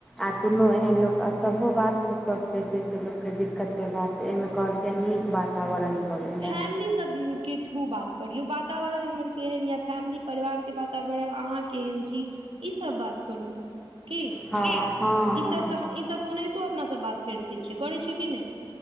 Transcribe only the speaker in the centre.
आ कोनो एहन लोक असबो बात नय कऽ सकैत छै से लोककेँ दिक्कते बात त एहिमे कहलकै नीक वातावरण करय
लए
हँ हँ
हँ